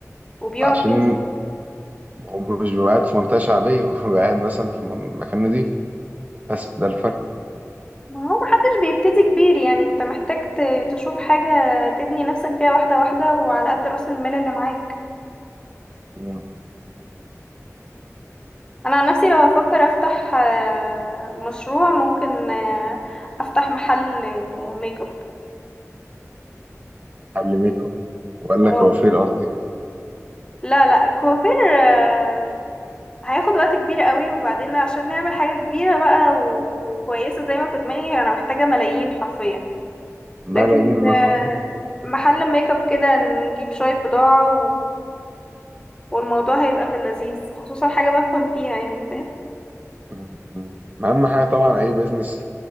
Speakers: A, on the left; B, on the right.
A: وبيقعد
B: عشان
A: فيها
B: هو مش بيبقى قاعد في منطقة شعبية هو بيبقى قاعد مثلا في من- مكان نضيف بس ده الفرق
A: ما هو محدش بيبتدي كبير يعني انت محتاج ت- تشوف حاجة تبني نفسك فيها واحدة واحدة وعلى قد رأس المال اللي معاك
B: مم.
A: انا عن نفسي لو افكر افتح آه، مشروع ممكن آه، افتح محل آه، ميك اب
B: حل ميك اب وقال
A: اه
B: لك وفير قصدي
A: لا لا كوافير آه، هياخد وقت كبير قوي وبعدين عشان نعمل حاجة كبيرة بقى وكويسة زي ما في دماغي انا محتاجة ملايين حرفيا
B: ملايين
A: لكن
B: مرة
A: آه،
B: واحدة.
A: محل ميك اب كده نجيب شوية بضاعة والموضوع هيبقى في اللذيذ خصوصا حاجة بفهم فيها يعني فاهم
B: مم. مم. أهم حاجة طبعا أي بيزنس